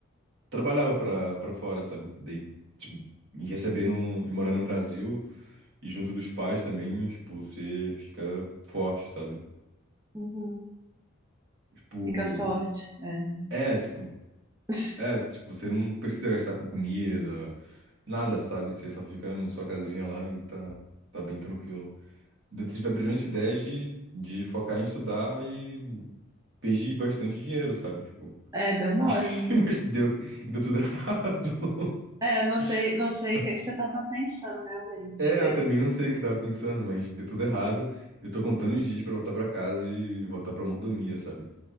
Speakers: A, on the right; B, on the right.
A: trabalhava pra, pra fora, sabe? Daí, tipo, e recebendo e morando no Brasil e junto dos pais também, tipo, você fica forte, sabe?
B: Uhum.
A: Tipo,
B: Fica forte, é.
A: é, tipo,
B: <laughs>
A: é, tipo, você não precisa gastar com comida, nada, sabe? Você só fica na sua casinha lá e tá, tá bem tranquilo. Então, Eu tive a brilhante ideia de, de focar em estudar e perdi bastante dinheiro, sabe? Tipo,
B: É, deu mole.
A: <laughs> mas deu, deu tudo errado.
B: É, não
A: <laughs>
B: sei, não sei o que é que você estava pensando realmente,
A: É,
B: mas,
A: eu também não sei o que eu tava pensando, mas deu tudo errado. Eu tô contando os dias pra voltar pra casa e voltar pra mordomia, sabe?